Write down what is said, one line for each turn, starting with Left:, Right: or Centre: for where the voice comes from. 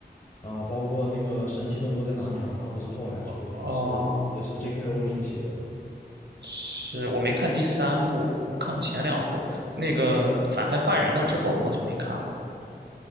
Left: 啊，包括那个《神奇动物在哪里》啊，它不是后来出的，
Right: 哦，
Left: 也是也是 J.K. 罗琳写的。
Right: 是我没看第三部，我看了前两部。那个反派换人了之后，我好像没看了。